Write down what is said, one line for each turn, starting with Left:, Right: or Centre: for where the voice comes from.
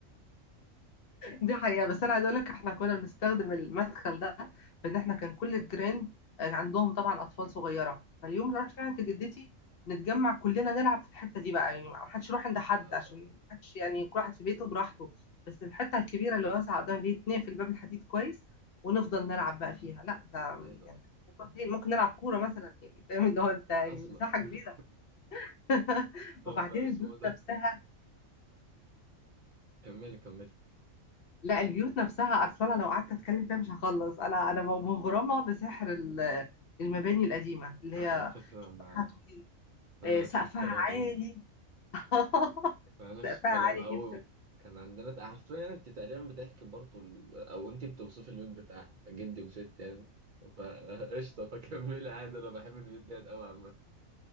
Left: دي حقيقة بس أنا عايزة أقول لك إحنا كنا بنستخدم المدخل ده بإن إحنا كان كل الجيران آه، عندهم طبعا أطفال صغيرة فاليوم اللي راح فيه عند جدتي نتجمع كلنا نلعب في الحتة دي بقى يعني محدش يروح عند حد
Right: اه
Left: عشان
Right: اه
Left: محدش يعني كل واحد في بيته براحته بس الحتة الكبيرة اللي واسعة قدام البيت نقفل باب الحديد كويس ونفضل نلعب بقى فيها لا ده
Right: أيوه
Left: يعني
Right: أيوه
Left: كانت مفضلين. ممكن نلعب كورة مثلا يعني فاهم اللي هو أنت يعني
Right: أصلا
Left: مساحة
Right: <laughs>
Left: كبيرة <laughs>
Right: طب
Left: وبعدين
Right: اسمه
Left: البيوت
Right: ده
Left: نفسها
Right: كملي كملي
Left: لا البيوت نفسها اصلا لو قعدت اتكلم فيها مش هخلص انا انا مغرمه بسحر ال- المباني القديمه اللي
Right: آه،
Left: هي
Right: الفكرة أنا
Left: سقفها طويل
Right: أنا
Left: آه، سقفها
Right: نفس الكلام
Left: عالي
Right: أهو
Left: <laughs>
Right: أنا نفس
Left: سقفها
Right: الكلام
Left: عالي
Right: قوي
Left: جدا
Right: كان عندنا حرفيا انت تقريبا بتحكي برضه ال... او انت بتوصفي البيت بتاعك جدي وست يعني فقشطه <laughs> فكملي عادي انا بحب البيت ده قوي عامه